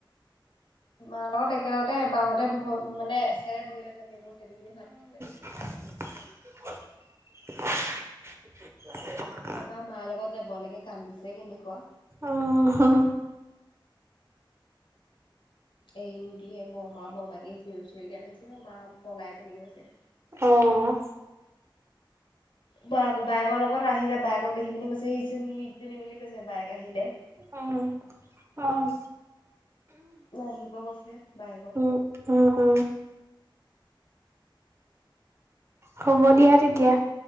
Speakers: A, on the left; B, on the right.
A: মাৰ লগত একেলগতে বাওঁ হাতে ব- মানে এচাইৰে বহি লৈছে নেমু চেপি পিনি ভাত খাইছে।
B: <inaudible>
A: তাপা মাৰ লগত যাব লাগে কান্দিছে কেনেকুৱা।
B: অ'।
A: এই নিদিয়ে, বৰমা বৰমাকে চিঞৰি, চিঞৰি কান্দিছে, মা পলাই পিনি গৈছে।
B: অ'।
A: ব- বায়েকৰ লগত আহি, বায়েক দেখি পিনি কৈছে, সেই জনি, এই জনি বুলি কৈছে বায়েক আহিলে।
B: উম, অ'।
A: নাহিব কৈছে বায়েকক।
B: উম উম, উম। হ'ব দিয়া তেতিয়া।